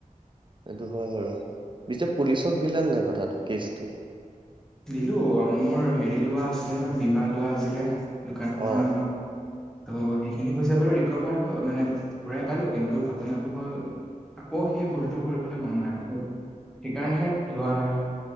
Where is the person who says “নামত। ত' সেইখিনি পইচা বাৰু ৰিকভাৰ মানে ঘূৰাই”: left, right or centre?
Centre